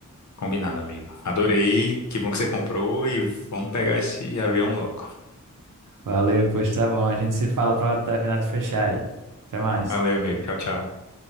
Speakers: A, on the left; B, on the right.
A: Combinado, amigo. Adorei. Que bom que você comprou e vamos pegar esse avião logo.
B: Valeu, pois tá bom. A gente se fala para terminar de fechar aí. Até mais.
A: <laughs> Valeu, amigo. Tchau, tchau.